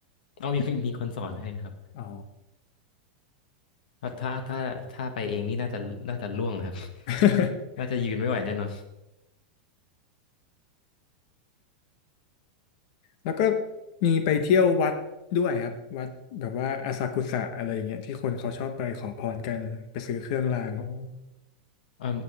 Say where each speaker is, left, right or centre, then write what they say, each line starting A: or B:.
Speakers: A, on the left; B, on the left.
A: เอามีมีคนสอนให้ครับ
B: อ๋อ
A: ถ้าถ้าถ้าถ้าไปเองนี่น่าจะน่าจะล่วงครับ <laughs>
B: <laughs>
A: น่าจะยืนไม่ไหวแน่นอน
B: แล้วก็มีไปเที่ยววัดด้วยครับวัดแบบว่าอาซากุสะอะไรอย่างเงี้ยที่คนเขาชอบไปขอพรกันไปซื้อเครื่องราง
A: โอ้เออ